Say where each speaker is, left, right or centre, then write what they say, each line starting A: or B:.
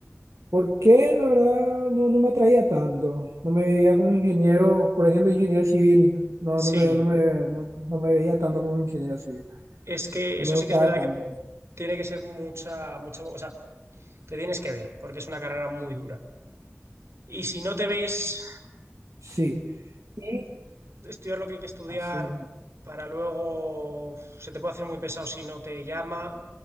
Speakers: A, on the right (about 80°); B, on the right (about 60°).
A: porque la verdad no, no me atraía tanto. No me veía como ingeniero, por ejemplo, ingeniero civil. No, no
B: Sí.
A: me, no me, no, no me veía tanto como ingeniero civil.
B: Es que
A: No
B: eso
A: me gustaba
B: sí que es verdad
A: tanto.
B: que tiene que ser mucha, mucha, o sea, te tienes que ver, porque es una carrera muy dura. Y si no te ves
A: Sí. Y
B: estudiar lo que hay que estudiar
A: así mismo,
B: para luego, se te puede hacer muy pesado si no te llama.